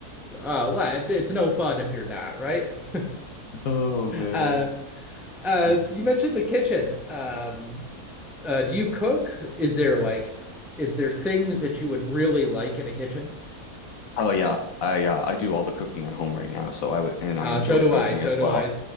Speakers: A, in the centre; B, on the left.
A: Uh, well, it's no fun if you're not, right? <laughs>
B: oh man,
A: Uh, uh,
B: that's
A: you mentioned the kitchen. Um, uh, do you cook? Is there like, is there things that you would really like in a kitchen?
B: oh yeah, I uh, I do all the cooking at home right now, so I would and I
A: Uh,
B: enjoy
A: so do
B: cooking
A: I. So
B: as
A: do
B: well.
A: I.